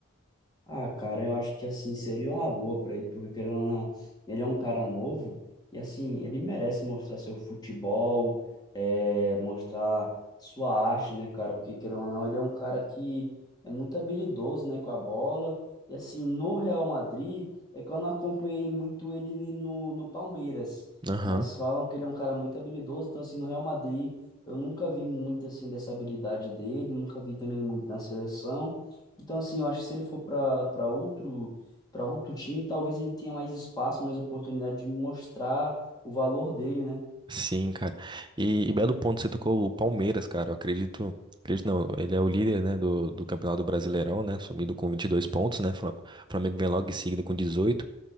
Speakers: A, on the left (about 20°); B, on the right (about 20°).
A: Ah, cara, eu acho que assim seria uma boa pra ele, porque querendo ou não, ele é um cara novo e assim ele merece mostrar seu futebol, é, mostrar sua arte, né, cara? Porque querendo ou não, ele é um cara que é muito habilidoso, né, com a bola. E assim no Real Madrid é que eu não acompanhei muito ele no, no Palmeiras,
B: Aham.
A: mas falam que ele é um cara muito habilidoso. Então assim no Real Madrid eu nunca vi muito assim dessa habilidade dele, nunca vi também muito na seleção. Então, assim, eu acho que se ele for para para outro para outro time, talvez ele tenha mais espaço, mais oportunidade de mostrar o valor dele, né?
B: Sim, cara. E, e belo ponto, você tocou o Palmeiras, cara. Eu acredito. Acredito não, ele é o líder, né, do, do Campeonato Brasileirão, né, sumido com 22 pontos, né, Fla- Flamengo vem logo em seguida com dezoito